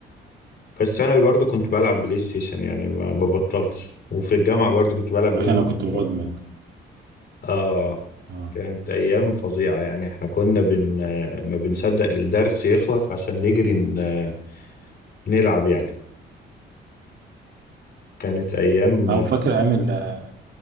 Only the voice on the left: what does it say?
بس ثانوي برضو كنت بلعب بلاي ستيشن يعني ما ما بطلتش وفي الجامعة برضو كنت بلعب
بلاي
ستيشن
آه
كانت أيام فظيعة يعني إحنا كنا بن ما بنصدق الدرس يخلص عشان نجري ن- نلعب يعني كانت أيام